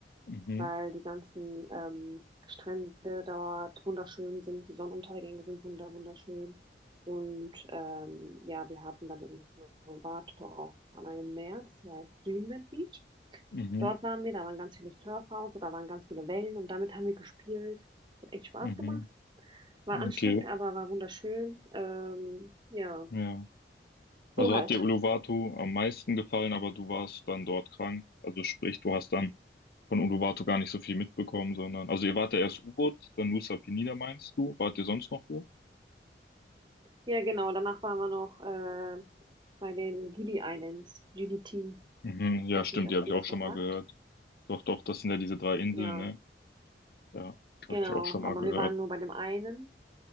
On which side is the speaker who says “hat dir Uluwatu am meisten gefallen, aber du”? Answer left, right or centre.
Left